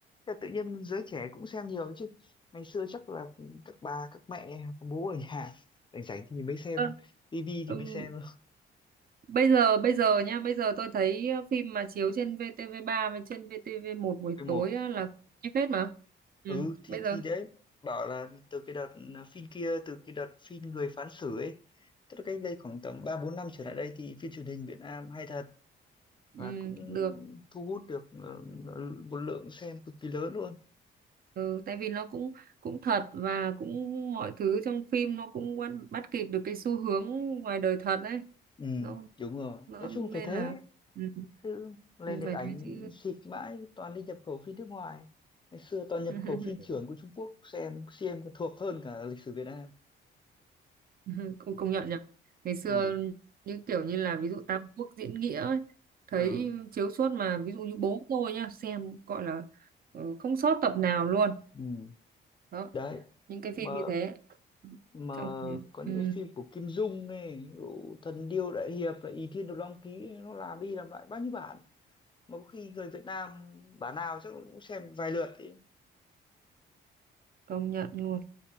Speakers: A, on the left; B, on the right.
A: Thế tự nhiên giới trẻ cũng xem nhiều chứ ngày xưa chắc là các bà các mẹ các bố ở nhà rảnh rảnh thì mới xem
B: Ờ,
A: tivi
B: Ừm,
A: thì mới xem thôi
B: Bây giờ bây giờ nha Bây giờ tôi thấy ờ, phim mà chiếu trên VTV3 Với trên VTV1 buổi
A: cái một
B: tối á, là hay phết mà ừ,
A: ừ thì
B: Bây giờ
A: thì đấy bảo là từ cái đợt à, phim kia từ cái đợt phim người phán xử ấy tức là cách đây khoảng tầm ba bốn năm trở lại đây thì phim truyền hình Việt Nam hay thật
B: ừ,
A: và cũng
B: được
A: thu hút được ờ, ờ, một lượng xem cực kỳ lớn luôn
B: ừ, Tại vì nó cũng cũng thật Và cũng mọi thứ trong phim Nó cũng bắt, bắt kịp được cái xu hướng Ngoài đời thật đấy
A: ừ
B: Nó,
A: đúng rồi
B: nó
A: nói chung
B: nên
A: phải thế
B: là ừ,
A: cứ lên
B: ừ,
A: điện
B: phải
A: ảnh
B: thế chứ
A: xịt mãi toàn đi nhập khẩu phim nước ngoài ngày xưa toàn nhập
B: <laughs>
A: khẩu phim chưởng của Trung Quốc xem xem còn thuộc hơn cả lịch sử Việt Nam
B: <laughs> cũng công nhận nhỉ ngày xưa
A: ừ
B: như kiểu như là ví dụ Tam Quốc diễn nghĩa ấy, thấy
A: ừ
B: chiếu suốt mà ví dụ như bố tôi nhá xem gọi là ờ, không sót tập nào luôn
A: ừ
B: đó
A: đấy
B: những cái
A: mà
B: phim như thế
A: mà
B: Xong,
A: có những
B: ừ,
A: cái phim của Kim Dung ấy ví dụ Thần Điêu Đại Hiệp là Ỷ Thiên Đồ Long Ký ấy, nó làm đi làm lại bao nhiêu bản mà có khi người Việt Nam bản nào chắc cũng xem vài lượt ấy.
B: công nhận luôn